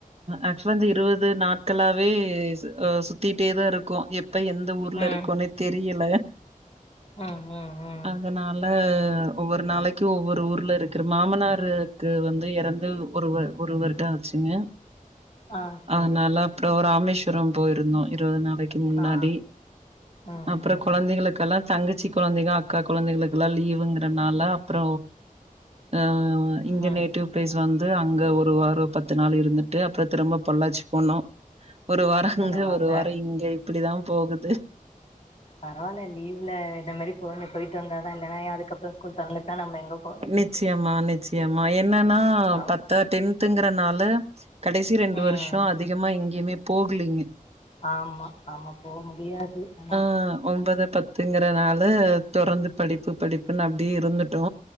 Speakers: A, on the right; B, on the left.
A: ஆக்சுவலா வந்து இருவது நாட்களாவே அ சு த்திட்டேதா இருக்கோ எப்ப எந்த ஊர்ல
B: ம்
A: இருக்கோன்னே தெரியல
B: ம் ம் ம்
A: அதனால ஒவ்வொரு நாளைக்கு ஒவ்வொரு ஊர்ல இருக்கு மாமனாருக்கு வந்து எறந்து ஒரு வ ஒரு வருட ஆச்சுங்க
B: ஆ சேரி
A: அதனால
B: சேரி
A: அப்புற ராமேஷ் வரம் போயிருந்தோ இருவது நாளைக்கு முன்னாடி
B: ஆ ம்
A: அப்புற
B: ம்
A: கொழந்தைகளுக்கெல்லா தங்கச்சி கொழந்தைக அக்கா கொழந்தைகளுக்கெல்லா லீவுங்கறனால அப்புற ஆ இங்க
B: ம்
A: நேட்டிவ் பிளேஸ் வந்து அங்க ஒரு வார பத்து நாள் இருந்துட்டு அப்புற திரும்ப பொள்ளாச்சு போனோ ஒரு வார
B: பரவால்ல
A: அங்க ஒரு வார இங்க இப்டிதா போகுது
B: பரவால்ல லீவுல இந்த மாரி போணு போயிட்டு வந்தாதா இல்லன்னா அதுக்கப்புற ஸ்கூல் தொறந்துட்டா நம்ம எங்க போறது
A: நிச்சயமா நிச்சயமா என்னன்னா
B: ஆ
A: பத்தா டென்த்துங்கறனால கடைசி ரெண்டு
B: ம்
A: வருஷ அதிகமா எங்கேயுமே போகலீங்க
B: ஆமா ஆமா போ முடியாது ஆனா
A: ஆ ஒம்போது பத் துங்கறனால தொடர்ந்து படிப்பு படிப்புன்னு அப்டியே இருந்துட்டோ